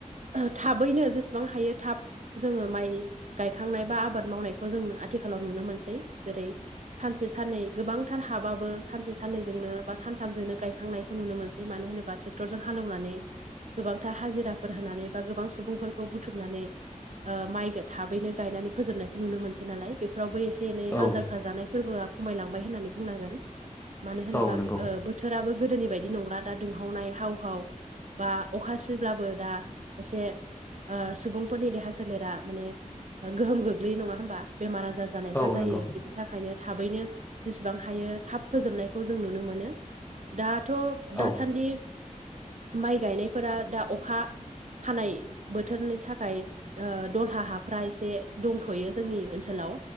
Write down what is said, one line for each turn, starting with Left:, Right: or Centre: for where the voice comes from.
Right: थाबैनो जेसेबां हायो थाब जोङो माइ गायखांनाय बा आबाद मावनायखौ जों आथिखालाव नुनो मोनसै जेरै सानसे साननै गोबांथार हाबाबो सानसे साननैजोंनो बा सानथामजोंनो गायखांनायखौ नुनो मोनसै मानो होनोबा ट्रेक्टरजों हालेवनानै गोबांथार हाजिराफोर होनानै बा गोबां सुबुंफोरखौ बुथुमनानै माइखौ थाबैनो गायनानै फोजोबनायखौ नुनो मोनसै नालाय बेफोरावबो एसे एसे एनै
Left: औ
Right: हाल जांख जानाय फोरबोआ खमायलांबाय होननानै बुंनांगोन मानो होनोबा
Left: औ नंगौ
Right: बोथोराबो गोदोनि बायदि नंला दा दुंहावनाय हाव हाव बा अखा सिब्लाबो दा एसे ओ सुबुंफोरनि देहा सोलेरा माने गोहोम गोग्लैयो नङा होमबा बेमार आजार जानायफ्रा
Left: औ
Right: जायो
Left: नंगौ
Right: बिदि थाखायनो थाबैनो जेसेबां हायो थाब फोजोबनायखौ जों नुनो मोनो दाथ'
Left: औ
Right: दासान्दि माइ गायनायफोरा दा अखा हानाय बोथोरनि थाखाय ओ दरहा हाफ्रा एसे दंथ'यो जोंनि ओनसोलाव